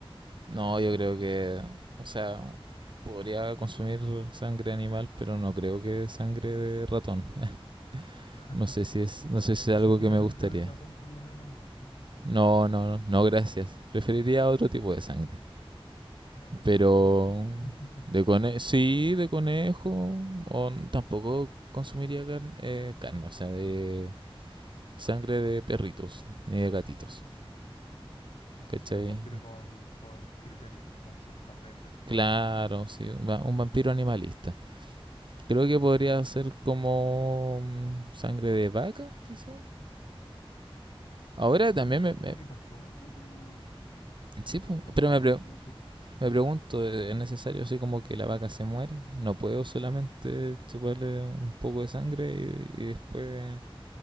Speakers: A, on the right; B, on the left.
A: no, yo creo que... O sea, podría consumir sangre animal, pero no creo que sangre de ratón. <laughs>
B: <laughs>
A: No sé si es, no
B: Claro,
A: sé si
B: específicamente
A: es algo que me gustaría.
B: de ratón por lo menos no. <laughs>
A: No, no, no, no, gracias. Preferiría otro tipo de sangre.
B: Ya puede
A: Pero
B: ser de conejo. <laughs>
A: de conejo, sí, de conejo. O n- tampoco consumiría carne, eh, carne, o sea, de sangre de perritos ni de gatitos.
B: Ah,
A: ¿Cachai?
B: sería un vampiro con, con criterio, con ciertas reglas quizás.
A: Claro, sí, un va- un vampiro animalista. Creo que podría
B: Claro,
A: ser como mm, sangre de vaca, quizá. Ahora
B: claro,
A: también
B: que uno ya
A: me... me-
B: como que consume un poco
A: sí, po,
B: cuando come
A: pero
B: carne
A: me, pre-
B: y todo eso.
A: Me pregunto, ¿e-, ¿es necesario así como que la vaca se muera? ¿No puedo solamente chuparle un poco de sangre y, y después